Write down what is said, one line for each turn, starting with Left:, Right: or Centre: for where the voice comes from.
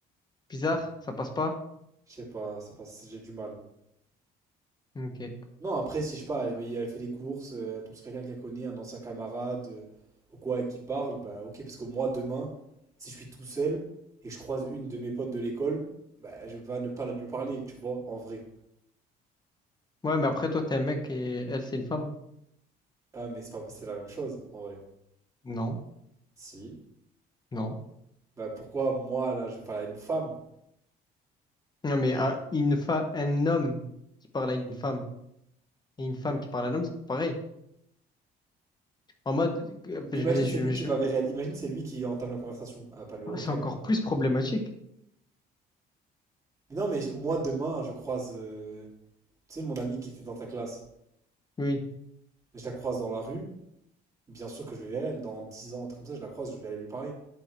Left: Bizarre, ça passe pas?
Right: Je sais pas, ça passe, j'ai du mal.
Left: Ok.
Right: Non, après, si je sais pas, elle, elle fait les courses, euh, elle tombe sur quelqu'un qu'elle connaît, un ancien camarade, euh, ou quoi, et qui parle, bah ok, parce que moi, demain, si je suis tout seul et que je croise une de mes potes de l'école, bah je vais pas ne pas la lui parler, tu vois, en vrai.
Left: Ouais, mais après, toi, t'es un mec et elle, c'est une femme?
Right: Ah, mais c'est pas, c'est la même chose, en vrai.
Left: Non.
Right: Si.
Left: Non.
Right: Bah pourquoi moi là je parle à une femme?
Left: Non, mais ah, une fa... un homme qui parle à une femme et une femme qui parle à un homme, c'est pas pareil. En mode... que- enfin,
Right: Mais
Left: je,
Right: imagine
Left: vais-
Right: c'est
Left: je,
Right: lui
Left: je...
Right: qui va vers elle. Imagine c'est lui qui entame la conversation. Ah pas le recaler.
Left: C'est encore plus problématique.
Right: non mais moi demain je croise euh, tu sais mon amie qui était dans ta classe.
Left: Oui.
Right: Je la croise dans la rue. Bien sûr que je vais vers elle. Dans 10 ans, un truc comme ça, je la croise, je vais aller lui parler.